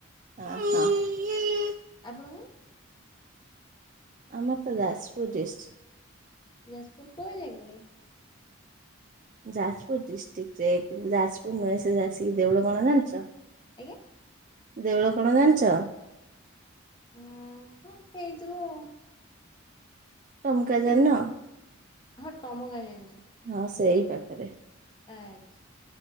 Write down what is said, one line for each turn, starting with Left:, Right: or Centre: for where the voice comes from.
Right: ଆଃହୋ।
Left: ଆପଣଙ୍କର?
Right: ଆମର ତ ଯାଜପୁର ଡିଷ୍ଟ୍।
Left: ଯାଜପୁର କୋଉ ଜାଗାରେ?
Right: ଯାଜପୁର ଡିଷ୍ଟିକ୍ ରେ କିନ୍ତୁ ଯାଜପୁର ନୁହେଁ ସେ ଆସିକି ଦେଉଳକଣା ଜାଣିଚ?
Left: ଆଜ୍ଞା।
Right: ଦେଉଳ କଣ ଜାନିଚ?
Left: ଉଁହୁ ହେଇଥିଵ ଆଉ।
Right: ଟମକା ଜାଣିନ?
Left: ଏଇ ହଁ, ଟମ ଗାଁ ଜାଣିଚି।
Right: ହଁ, ସେଇ ପାଖେରେ।
Left: ଆଛ୍